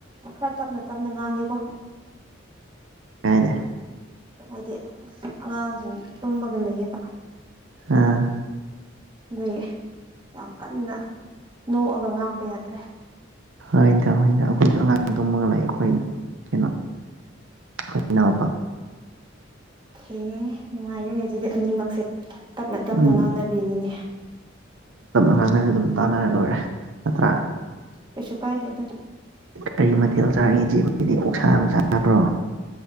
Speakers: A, on the right; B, on the right.
A: ꯈꯔ ꯇꯞꯅ ꯇꯞꯅ ꯉꯥꯡꯒꯦꯀꯣ
B: ꯀꯥꯏꯅꯦ
A: ꯍꯥꯏꯗꯤ ꯑꯉꯥꯡꯁꯤꯡ ꯇꯨꯝꯃꯒ ꯂꯩꯌꯦꯕ
B: ꯑꯝ
A: ꯑ ꯌꯥꯝ ꯀꯟꯅ ꯅꯣꯛꯑꯒ ꯉꯥꯡꯕ ꯌꯥꯗ꯭ꯔꯦ
B: ꯑꯩꯈꯣꯏꯅ ꯑꯩꯈꯣꯏꯁꯨ ꯑꯉꯥꯡ ꯇꯝꯃꯒ ꯂꯥꯛꯑ ꯑꯩꯈꯣꯏ ꯀꯩꯅꯣ ꯍꯅꯥꯄꯥ
A: ꯑꯦ ꯅꯨꯡꯉꯥꯏꯔꯅꯦ ꯑꯗꯨꯗꯤ ꯑꯅꯤꯃꯛꯁꯦ ꯇꯞꯅ ꯇꯞꯅ
B: ꯎꯝ
A: ꯉꯥꯡꯅꯕꯤꯅꯤꯉ
B: ꯑꯅꯁꯨ ꯑꯗꯨꯝ ꯇꯥꯟꯅꯔ ꯂꯣꯏꯔꯦ ꯅꯠꯇ꯭ꯔꯥ
A: ꯀꯁ ꯀꯥꯏꯅꯦꯗ
B: ꯀꯔꯤ ꯃꯊꯦꯜ ꯆꯥꯔꯤꯦ ꯏꯆꯦ ꯑꯩꯣꯏꯗꯤ ꯑꯣꯛꯁꯥ ꯂ ꯆꯥꯕ꯭ꯔꯣ